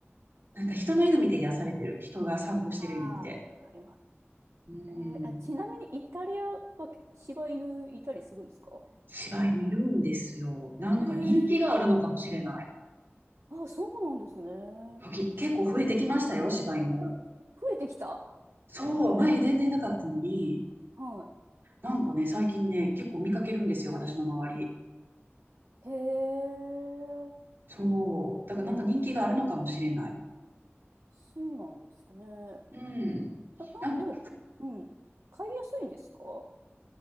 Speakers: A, on the right; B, on the right.
A: う。なんか人の犬見て癒されてる。人が散歩してる犬見て。
B: ああ、わかります。
A: うん。
B: えーあちなみにイタリアは柴犬いたりするんですか
A: 柴犬いるんですよ。なんか人気があるのかもしれない。
B: へえー。あ、そうなんですね。
A: 時結構増えてきましたよ、柴犬。
B: 増えてきた。
A: そう、前全然いなかったのに、
B: は
A: なんかね、最近ね、結構見かけるんですよ、私の周り。
B: い。へえ。
A: そう。だからなんか人気があるのかもしれない。
B: もうなん、うん、そうなんですかね。
A: うん。
B: あ、あ、
A: なん
B: でも、うん。飼いやすいんですか